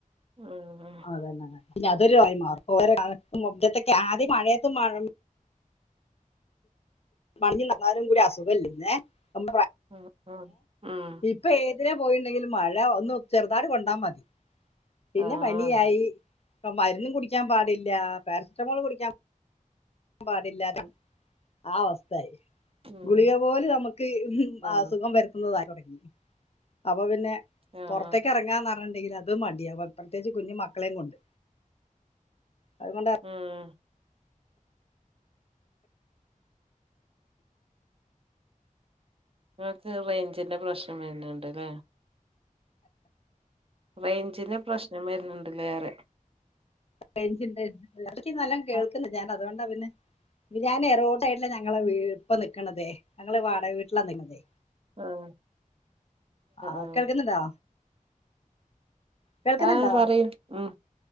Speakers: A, on the right; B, on the left.
A: ഉം
B: അതന്നെ പിന്നെ അതൊരു വഴി മാറും, ഓരോ കാലുംത്തൊക്കെ ആദ്യം മഴയത്തും മാറും പണ്ട് നടന്നാലും കൂടി അസുഖല്ലന്ന് നമ്മ
A: ഉം ഉം ഉം
B: ഇപ്പോ ഇതിനെ പോയിണ്ടെങ്കിൽ മഴ ഒന്ന് ചെറുതായിട്ട് കൊണ്ടാ മതി പിന്നെ
A: ആഹ്
B: പനിയായി. ഇപ്പ മരുന്നും കുടിക്കാൻ പാടില്ല പാരസെറ്റമോൾ കുടിക്കാൻ ൻ പാടില്ലാ ആ അവസ്ഥയായി
A: ഉം
B: ഗുളിക പോലും നമുക്ക്
A: ആഹ്
B: അസുഖം വരുത്തുന്നതായി തുടങ്ങി, അപ്പൊ പിന്നെ
A: ആഹ്
B: പുറത്തേക്ക് ഇറങ്ങാൻ ഉണ്ടെങ്കിൽ അത് മതി, പ്രത്യേകിച്ച് കുഞ്ഞു മക്കളെയും കൊണ്ട്. അതുകൊണ്ട
A: ഉം നിങ്ങക്ക് റേഞ്ചിന്റെ പ്രശ്നം വരുന്നണ്ടല്ലേ. റേഞ്ചിന് പ്രശ്നം വരുന്നുണ്ടില്ലേ, റേ
B: റേഞ്ച് ഇണ്ട്, എന്നാളിക്കീം, എല്ലാം കേൾൾക്കുന്നുണ്ട്,
A: ആഹ്
B: ഞാൻ അതുകൊണ്ടാ പിന്നെ ഞാൻ റോഡായിട്ടില്ല ഞങ്ങളെ ഇപ്പ നിക്കക്കണതെ, ഞങ്ങള് വാടക വീട്ടിലാണ് നിക്കണതേ.
A: ആഹ്
B: ആ
A: ആഹ്
B: കേൾക്കുന്നുണ്ടോ കേൾക്കുന്നുണ്ടോ
A: ആ, പറയു ഉം